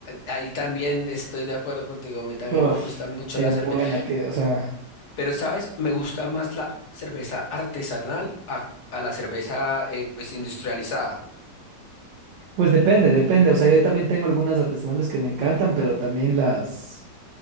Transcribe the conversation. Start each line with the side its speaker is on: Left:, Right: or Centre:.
Left: ahí también estoy de acuerdo contigo. A mí también
Right: Uf,
Left: me gusta mucho
Right: qué
Left: la
Right: buena,
Left: cerveza.
Right: que, o sea,
Left: Pero, ¿sabes? Me gusta más la cerveza artesanal a, a la cerveza eh, pues industrializada.
Right: pues depende, depende. O sea, yo también tengo algunas artesanales que me encantan, pero también las,